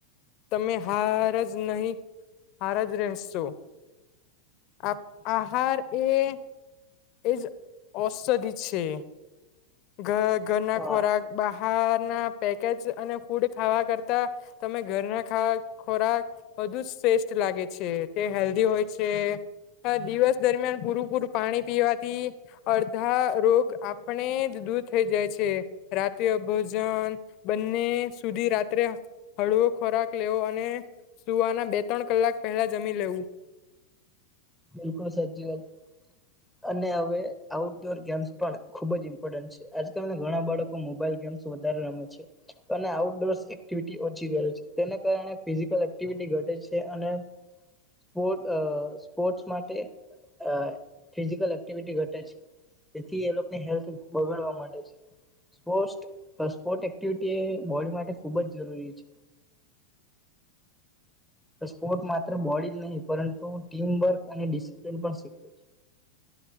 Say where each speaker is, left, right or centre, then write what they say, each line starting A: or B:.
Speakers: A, on the left; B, in the centre.
A: તમે હાર જ નહીં હાર જ રહેશો. આ આહાર એ એજ ઔષધિ છે. ઘર ઘરના
B: હા
A: ખોરાક બા બહારના પેકેજ અને ફૂડ ખાવા કરતા તમે ઘરના ખા ખોરાક બધુ જ શ્રેષ્ઠ લાગે છે. તે હેલ્ધી હોય છે. અહ દિવસ દરમિયાન પૂરું-પૂરું પાણી પીવાથી અડધા રોગ આપણે જ દૂર થઈ જાય છે. રાત્રે ભોજન બંને સુધી રાત્રે હળવો ખોરાક લેવો અને સુવાના બે ત્રણ કલાક પહેલા જમી લેવું.
B: બિલકુલ સાચી વાત, અને હવે આઉટડોર ગેમ્સ પણ ખુબ જ ઇમ્પોર્ટન્ટ છે. આજકાલના ઘણા બાળકો મોબાઈલ ગેમ્સ વધારે રમે છે, અને આઉટડોરસ એક્ટિવિટી ઓછી કરે છે. તેના કારણે ફિઝિકલ એક્ટિવિટી ઘટે છે, અને સ્પોર્ટ અહ સ્પોર્ટ્સ માટે અહ ફિઝિકલ એક્ટિવિટી ઘટે છે. તેથી એ લોકને હેલ્થ બગાડવા માંડે છે. સ્પોર્ટ્સ સ્પોર્ટ એક્ટિવિટી એ બોડી માટે ખૂબ જ જરૂરી છે. સ્પોર્ટ માત્ર બોડી જ નહીં પરંતુ ટીમવર્ક અને ડિસીપ્લીન પણ શીખવે છે.